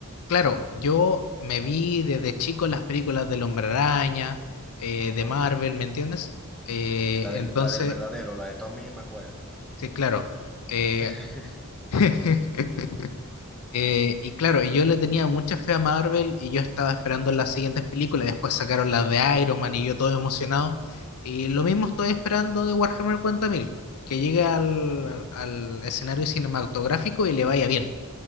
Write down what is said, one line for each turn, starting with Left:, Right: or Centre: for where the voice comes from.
Left: claro, yo me vi desde chico las películas del Hombre Araña, eh,
Centre: Ajá.
Left: de Marvel, ¿me entiendes? Eh,
Centre: La del,
Left: entonces,
Centre: la del verdadero, la de Tommy Maguire.
Left: sí, claro. eh,
Centre: <laughs>
Left: <laughs> Eh, y claro, yo le tenía mucha fe a Marvel y yo estaba esperando las siguientes películas. Después sacaron las de Iron Man y yo todo emocionado. Y lo mismo estoy esperando de Warhammer cuarenta mil que llegue al, al escenario cinematográfico y le vaya bien,